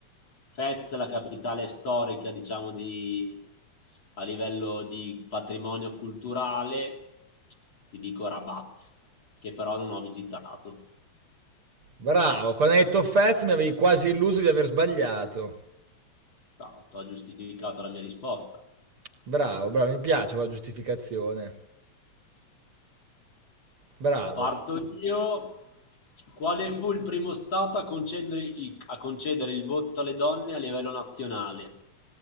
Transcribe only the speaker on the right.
Bravo, quando hai detto Fez mi avevi quasi illuso di aver sbagliato.
Bravo, bravo, mi piace quella giustificazione. Bravo.